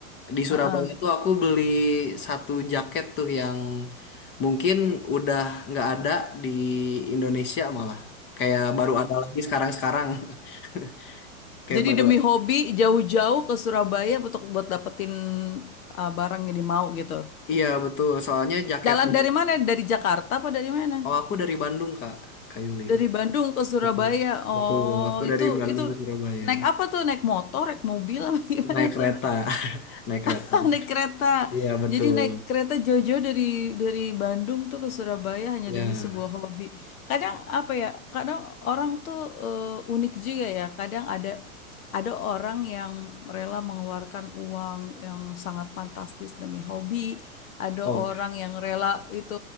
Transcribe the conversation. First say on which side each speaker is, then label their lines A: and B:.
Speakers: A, on the left; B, on the left.
A: Di Surabaya
B: Heeh.
A: tuh aku beli satu jaket tuh yang Mungkin udah nggak ada di Indonesia malah. Kayak baru ada lagi sekarang-sekarang. <laughs> Kayak
B: Jadi
A: baru.
B: demi hobi jauh-jauh ke Surabaya untuk buat dapetin eh, barang yang dimau gitu.
A: Iya betul. Soalnya jaketnya.
B: Jalan dari mana? Dari Jakarta apa dari mana?
A: Oh aku dari Bandung Kak, Kak Yuli.
B: Dari Bandung ke Surabaya.
A: Betul.
B: Oh,
A: Betul. Aku
B: itu
A: dari Bandung
B: itu
A: ke Surabaya.
B: naik apa tuh? Naik motor, naik mobil apa <laughs> gimana
A: Naik kereta.
B: tuh?
A: <laughs> Naik kereta.
B: <laughs> naik kereta.
A: Iya betul.
B: Jadi naik kereta jauh-jauh dari dari Bandung tuh ke Surabaya hanya
A: Iya.
B: demi sebuah hobi. Kadang apa ya? Kadang orang tuh eh, unik juga ya. Kadang ada ada orang yang rela mengeluarkan uang yang sangat fantastis demi hobi. Ada
A: Oh
B: orang yang rela itu